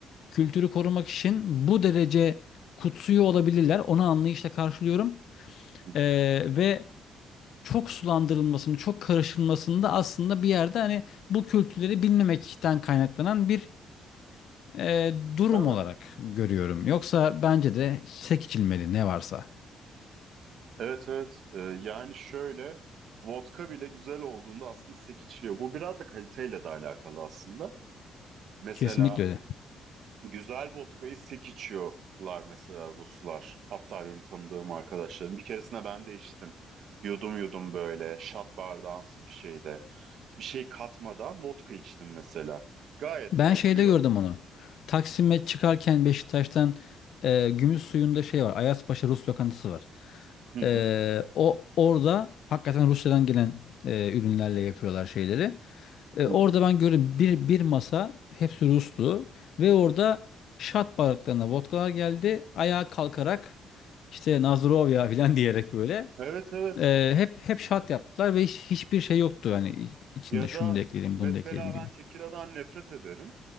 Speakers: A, on the left; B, on the right.
A: kültürü korumak için bu derece kutsuyor olabilirler. Onu anlayışla karşılıyorum.
B: hı.
A: Ee, ve çok sulandırılmasını, çok karışılmasını da aslında bir yerde hani bu kültürleri bilmemekten kaynaklanan bir e, durum
B: Tabii.
A: olarak görüyorum. Yoksa bence de sek içilmeli ne varsa.
B: Evet evet. Ee, yani şöyle vodka bile güzel olduğunda aslında sek içiliyor. Bu biraz da kaliteyle de alakalı aslında. Mesela
A: Kesinlikle öyle.
B: Güzel vodkayı sek içiyorlar mesela Ruslar. Hatta benim tanıdığım arkadaşlarım. Bir keresinde ben de içtim. Yudum yudum böyle şat bardağımsı bir şeyde. Bir şey katmadan vodka içtim mesela. Gayet
A: Ben
B: de akıyor.
A: şeyde gördüm onu. Taksim'e çıkarken Beşiktaş'tan e, Gümüş Suyu'nda şey var. Ayazpaşa Rus lokantası var.
B: Hı hı,
A: E, o orada hakikaten Rusya'dan gelen e, ürünlerle yapıyorlar şeyleri. E,
B: hı
A: orada
B: hı.
A: ben gördüm bir, bir masa hepsi Rus'tu ve orada şat bardaklarına vodkalar geldi. Ayağa kalkarak işte Nazırov ya falan <laughs> diyerek böyle
B: Evet evet.
A: e, hep hep şat yaptılar ve hiç- hiçbir şey yoktu hani içinde
B: Ya
A: şunu
B: da
A: da ekleyelim
B: mesela
A: bunu da ekleyelim gibi.
B: ben tekiladan nefret ederim.